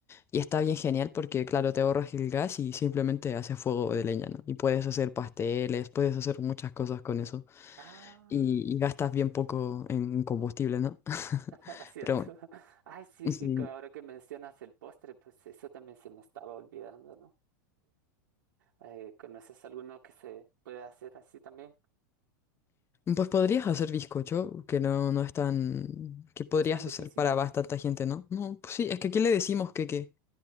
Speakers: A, on the left (about 25°); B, on the right (about 75°).
A: Y está bien genial porque, claro, te ahorras el gas y simplemente haces fuego de leña, ¿no? Y puedes hacer pasteles, puedes hacer muchas cosas con eso.
B: Ah,
A: Y, y gastas bien poco en combustible, ¿no? <laughs>
B: <laughs> es cierto.
A: Pero bueno.
B: <laughs> Ay, sí,
A: sí.
B: y que ahora que mencionas el postre, pues eso también se me estaba olvidando, ¿no? Eh, ¿conoces alguno que se pueda hacer así también?
A: Pues podrías hacer bizcocho, que no, no es tan... que podrías
B: No es tan difícil
A: hacer para bastante gente, ¿no? No, pues sí, es que aquí le decimos que, que,